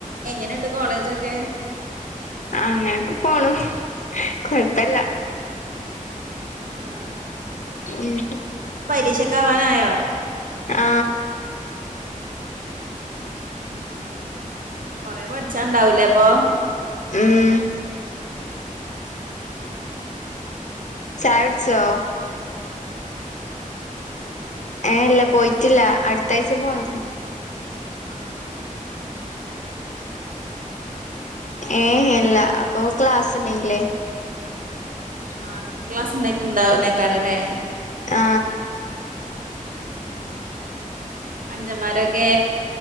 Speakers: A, on the right (about 75°); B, on the left (about 60°).
A: എങ്ങനെുണ്ട് കോളേജൊക്കെ
B: അങ്ങനൊക്കെ പോണു കൊഴപ്പല്ല
A: ആ
B: ഉം
A: പരീക്ഷക്കവാനായോ
B: ആ
A: ഉം കൊറെ പഠിച്ചാണ്ടാവൂലേ ഇപ്പൊ
B: ഉം
A: ആ
B: ചായ്ട്ച്ചോ ഏ ല്ല പോയിട്ടില്ല അടുത്ത ആഴ്ച പോണം
A: ആ
B: ഏ എല്ല അപ്പൊ ക്ലാസ് ന്നങ്ങളെ.
A: ആഹ് ങ്ങക്ക് ക്ലാസ് ഉണ്ടായിട്ട്ണ്ടാവുന്നേക്കാരല്ലേ?
B: ആ.
A: ആ അഞ്ചമ്മരൊക്കെ.